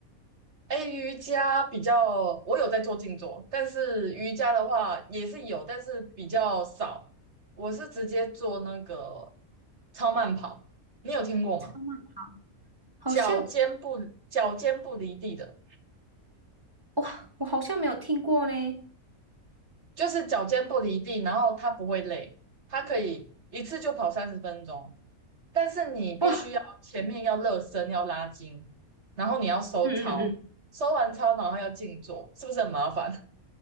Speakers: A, on the right (about 50°); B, on the right (about 15°).
A: 哎，瑜伽比较，我有在做静坐，但是瑜伽的话也是有，但是比较少。我是直接做那个超慢跑，你有听过吗？
B: 超慢跑，好像
A: 脚尖不脚尖不离地的，
B: 哇，我好像没有听过呢，
A: 就是脚尖不离地，然后它不会累，它可以一次就跑三十分钟，但是你必须要前面要热身，
B: 哇，
A: 要拉筋，然后你要收操，
B: 嗯嗯嗯，
A: 收完操然后要静坐，是不是很麻烦？